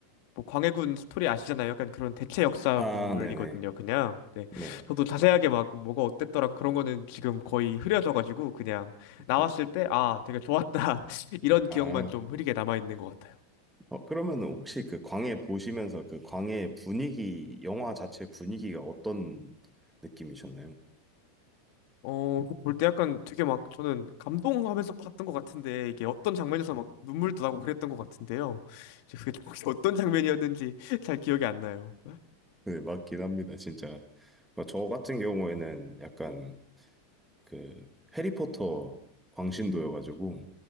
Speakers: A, on the left; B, in the centre.
A: 뭐 광해군 스토리 아시잖아요. 약간 그런 대체 역사물이거든요.
B: 아, 네네.
A: 그냥 네.
B: 네.
A: 저도 자세하게 막 뭐가 어땠더라 그런 거는 지금 거의 흐려져가지고 그냥 나왔을
B: 네.
A: 때 아 되게 좋았다 <laughs> 이런
B: 아,
A: 기억만 좀 흐리게 남아 있는 것 같아요.
B: 어, 그러면 혹시 그 광해 보시면서 그 광해 분위기, 영화 자체 분위기가 어떤 느낌이셨나요?
A: 어, 볼 때 약간 되게 막 저는 감동하면서 봤던 것 같은데 이게 어떤 장면에서 막 눈물도 나고 그랬던 것 같은데요. 이제 그게 좀 <laughs> 혹시 어떤 장면이었는지 <laughs> 잘 기억이 안 나요.
B: 네, 맞긴 합니다, 진짜. 그저 같은 경우에는 약간 그 해리포터 광신도여가지고,